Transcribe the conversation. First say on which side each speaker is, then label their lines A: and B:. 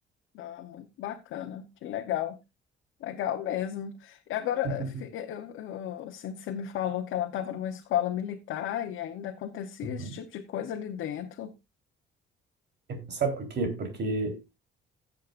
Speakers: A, on the left (about 85°); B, on the right (about 55°).
A: Ah, muito bacana, que legal. Legal mesmo. E agora,
B: <laughs>
A: fi- eu, eu, assim, você me falou que ela estava numa escola militar e ainda acontecia
B: Uhum.
A: esse tipo de coisa ali dentro.
B: É, Sabe por quê? Porque